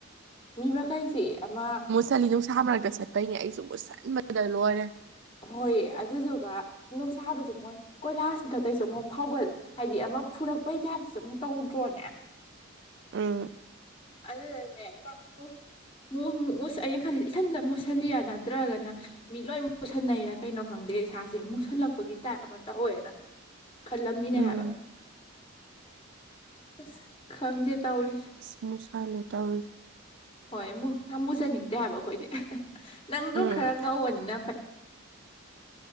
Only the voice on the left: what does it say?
ꯃꯤ ꯃꯈꯩꯁꯤ ꯑꯃ
ꯍꯣꯏꯌꯦ ꯑꯗꯨꯗꯨꯒ ꯅꯨꯡꯁꯥꯕꯁꯨ ꯃꯣꯏ ꯀꯣꯏꯂꯥꯁ ꯃꯊꯛꯇꯇꯩꯒꯤꯁꯨ ꯑꯃꯨꯛ ꯐꯥꯎꯒꯠ ꯍꯥꯏꯗꯤ ꯑꯃ ꯐꯨꯔꯛꯄꯩꯇꯥꯏꯞꯁꯨ ꯑꯃꯨꯛ ꯇꯧꯗ꯭ꯔꯣꯅꯦ
ꯑꯗꯨꯗꯅꯦ ꯏꯃꯥꯠ <unintelligible> ꯑꯩꯅ ꯈꯜꯂꯤꯁ ꯏꯁꯟꯁꯤꯗ ꯃꯨꯠꯁꯤꯜꯂꯤꯔ ꯅꯠꯇ꯭ꯔꯒꯅ ꯃꯤ ꯂꯣꯏ ꯃꯨꯁꯟꯅꯩꯔꯥ ꯀꯩꯅꯣ ꯈꯪꯗꯦ ꯏꯁꯥꯁꯦ ꯃꯨꯁꯜꯂꯛꯄꯒꯤ ꯇꯥꯏꯞ ꯑꯃ ꯇ ꯑꯣꯏꯦꯅ ꯈꯜꯂꯝꯃꯤꯅꯦ
ꯍꯥꯏꯕ ꯑꯁ ꯈꯪꯗꯦ ꯇꯧꯔꯤꯁꯦ
ꯍꯣꯏ ꯃꯨ ꯌꯥꯝ ꯃꯨꯖꯅꯤꯡꯗꯦ ꯍꯥꯏꯕ ꯑꯩꯈꯣꯏꯗꯤ ꯅꯪ ꯑꯗꯨꯝ
ꯈꯔ ꯉꯧꯕꯅꯤꯅ ꯐꯩ